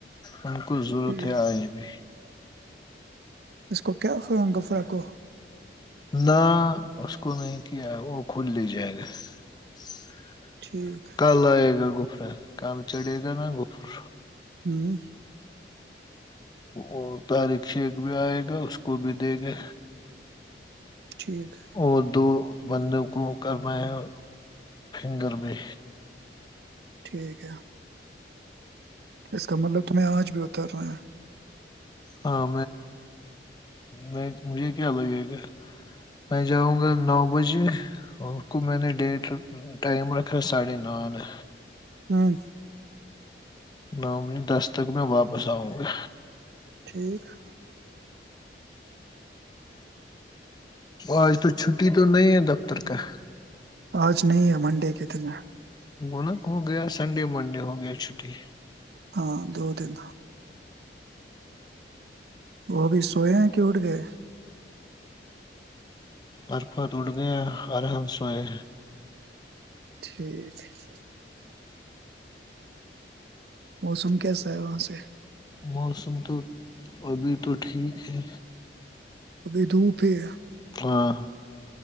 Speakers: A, on the left; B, on the right.
A: ہم کو ضرورت
B: ٹھیک
A: ہے آج بھی <inaudible>
B: اس کو کیا خاوں گفا کو
A: نہ اس کو نہیں کیا وہ کھول لییے جد <unintelligible>
B: ٹھیک
A: کل آئے گا گ <unintelligible> گفا کم چڑے گ نا گوفر
B: ہوں
A: ا طارق شخ بھی آئے گا اس کو بھی دے گے
B: ٹھیک
A: وہ دو <unintelligible> بندوں کو کرنا ہے فنگر بھی
B: ٹھیک ہے اس کا مطلب تمہیں آج بھی اتر رہا ہے
A: ہاں میں مجھے کیا لگے گا میں جاؤں گا نو بجے ان کو میں نے ڈیٹ ٹائم رکھا ہے ساڑھے نو نے
B: ہاں <unintelligible>
A: نوویں دس تک میں واپس آؤوں گا
B: ٹھیک <unintelligible>
A: آج تو چھٹی تو نہیں ہے دفتر کا
B: آج نہیں ہے منڈے کے دن
A: گونک ہو گیا سنڈے منڈے ہو گیا چھٹی
B: ہاں دو دن وہ ابھی سوئے ہیں کہ اٹھ گئے
A: عرفت اٹ گیا الرحم سوئے
B: ٹھیک ہے موسم کیسا ہے وہاں سے
A: موسم تو ابھی تو ٹھیک ہے
B: ب دھوپ ہے
A: و <unintelligible>